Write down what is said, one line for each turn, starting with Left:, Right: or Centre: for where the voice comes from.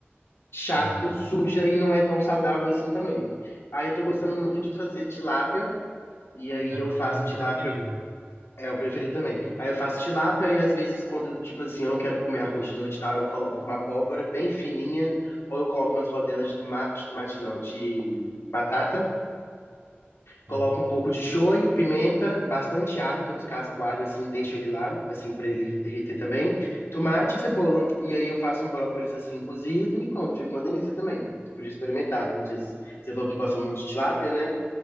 Left: chato,
Right: Sim,
Left: suja e não é tão saudável assim também. Aí eu tô gostando muito de fazer tilápia, e aí
Right: é,
Left: eu
Right: meu-
Left: faço
Right: é o meu
Left: tilápia
Right: preferido.
Left: É o preferido também. Aí eu faço tilápia e às vezes quando, tipo assim, eu não quero comer arroz de noite e tal, eu coloco uma abóbora bem fininha, ou eu coloco umas rodelas de tomate, de tomate não, de batata, coloco
Right: Sim,
Left: um pouco de shoyu, pimenta, bastante alho, que eu descasco o alho assim, deixo ele lá, assim, pra ele derreter também, tomate e cebola. E aí eu faço um brócolis assim, cozido e como, fica uma delícia também. Você podia experimentar, não sei se você falou que gosta muito de tilápia, né?